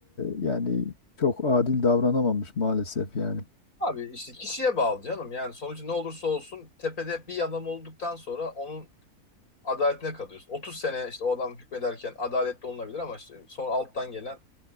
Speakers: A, on the left (about 45°); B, on the left (about 65°).
A: e, yani çok adil davranamamış maalesef yani.
B: Abi işte kişiye bağlı canım. Yani sonucu ne olursa olsun tepede bir adam olduktan sonra onun adaletine kalıyorsun. 30 sene işte o adam hükmederken adaletli olunabilir ama işte sonra alttan gelen